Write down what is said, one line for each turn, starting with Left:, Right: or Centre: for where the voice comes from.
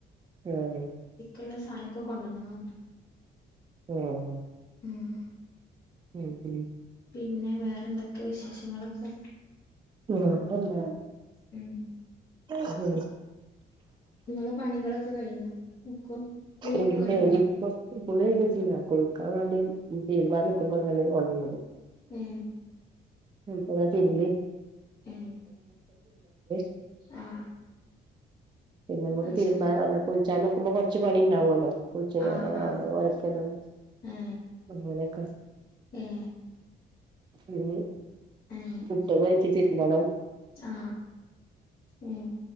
Right: ഉം.
Left: ഉള്ള സാനൊക്കെ കൊണ്ടുവന്നണുന്ന്
Right: ഉം
Left: ഉം
Right: ഉം ഉം
Left: പിന്നെ വേറെ എന്തൊക്കെയാ വിശേഷങ്ങളൊക്കെ?
Right: വേറെന്താ
Left: ഉം
Right: ഉം
Left: ങ്ങളെ പണികളൊക്കെ കയിഞ്ഞോ ഒക്കും കുളിയൊക്കെ
Right: ഇന്റെ
Left: കയിഞ്ഞോ?
Right: ഇപ്പൊ കുളി കഴിഞ്ഞിട്ടില്ല കുളിക്കാൻ വേണ്ടി തിരുമ്പാൻ നിക്കുമ്പളാണ് ഒണന്നത്.
Left: ഉം
Right: എപ്പളാ തിരുമ്പിയേ
Left: ഏ
Right: <unintelligible>
Left: ആ
Right: പിന്നെ മ്മക്ക്
Left: അത്
Right: തിരുമ്പാൻ
Left: ശരി
Right: അല്ല കുളിച്ചാൻ നിക്കുമ്പോ കുറച്ച് പണി ഇണ്ടാവല്ലോ? കുളിച്ചിനോടോ
Left: ആ ആ
Right: അവിടെ ഒരക്കലും
Left: ഏ
Right: അങ്ങനെയൊക്കെ
Left: ഏ
Right: ഇനി
Left: ഏ
Right: പുട്ടും കഴിച്ച് തിരുമ്പണം
Left: ആ ഏഹ്